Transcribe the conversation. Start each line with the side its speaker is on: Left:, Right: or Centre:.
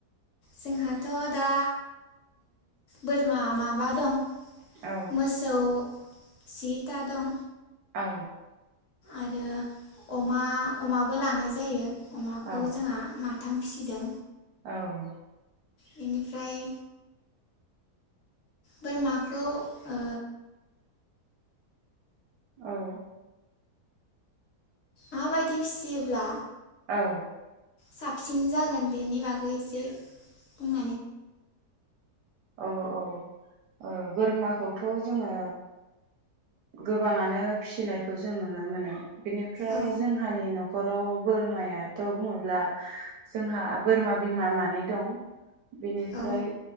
Left: जोंहाथदा बोरमा माबा दं।
Right: औ
Left: मोसौ जिता दं।
Right: औ
Left: आरो अमा अमाबो लानाय जायो। अमाखौ
Right: औ
Left: जोंहा मा थाम फिसिदों।
Right: औ औ
Left: बेनिफ्राय बोरमाखौ ओ
Right: औ
Left: माबायदि फिसियोब्ला?
Right: औ
Left: साबसिन जागोन बेनि बागै एसे बुं।
Right: औ-औ-औ बोरमाखौथ जोङो। गोबाङानो फिसिनायखौ जों नुनो, मोनो बिनिफ्राय
Left: औ
Right: जोंहानि नखराव बोरमायाथ बुङोब्ला जोंहा बोरमा बिमा मानै दं। बिनिफ्राय
Left: औ